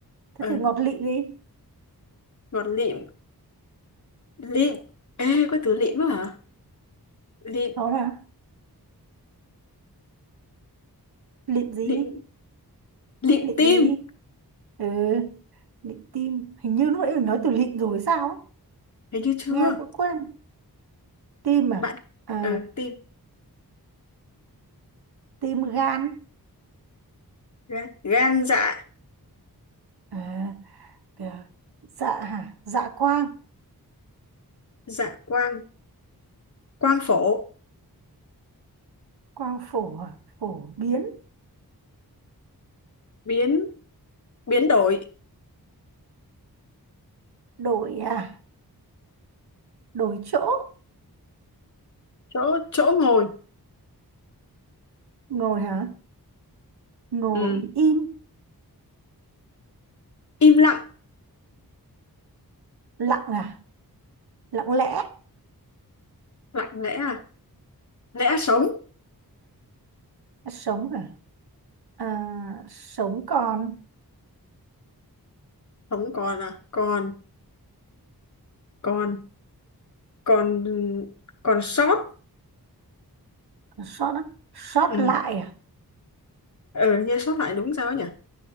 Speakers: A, on the right (about 80°); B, on the left (about 50°).
A: thế
B: ừ
A: thì ngọt lịm đi
B: ngọt lịm lịm ê có từ lịm á hả lịm
A: có mà lịm gì
B: lịm lịm
A: lịm
B: tim
A: gì ừ lịm tim hình như lúc nãy mình nói từ lịm rồi sao ấy.
B: thấy như chưa
A: nghe cũng quên tim à,
B: bạn
A: à
B: ừ tim
A: tim gan
B: gan, gan dạ
A: à, à, dạ hả dạ quang
B: dạ quang quang phổ
A: quang phổ à phổ biến
B: biến biến đổi
A: đổi à đổi chỗ
B: chỗ chỗ ngồi
A: ngồi hả ngồi
B: ừ.
A: im
B: im lặng
A: lặng à lặng lẽ
B: lặng lẽ à lẽ sống
A: sống à, à sống còn
B: sống còn à còn còn còn còn sót
A: sót á sót
B: ừ
A: lại à
B: ờ như sót lại đúng sao ấy nhỉ